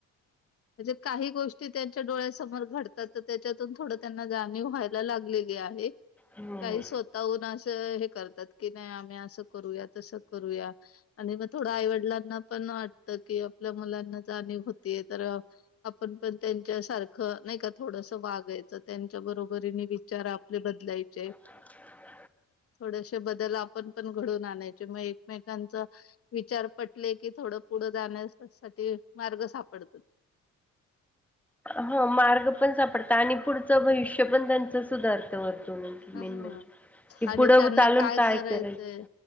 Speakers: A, on the left; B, in the centre.
A: म्हणजे काही गोष्टी त्यांच्या डोळ्यासमोर घडतात तर त्याच्यातून थोडं त्यांना जाणीव व्हायला लागलेली आहे
B: हम्म
A: काही स्वतःहून असं हे करतात की नाही आम्ही असं करूया तसं करूया आणि मग थोडं आईवडिलांना पण वाटतं की आपल्या मुलांना जाणीव होतीय तर आपण पण त्यांच्या सारखं नाही का थोडस वागायचं त्यांच्या बरोबरीने विचार आपले बदलायचे
B: अ <unintelligible>
A: थोडेसे बदल आपण पण घडून आणायचे मग एकमेकांच विचार पटले की थोडं पुढं जाण्या साठी मार्ग सापडतात
B: ह मार्ग पण सापडत आणि पुढचं भविष्य पण त्यांचं सुधारते व मेन
A: हा
B: म्हणजे कि
A: आणि
B: पुढं
A: त्यांना
B: चालून काय
A: करायचंय
B: करायच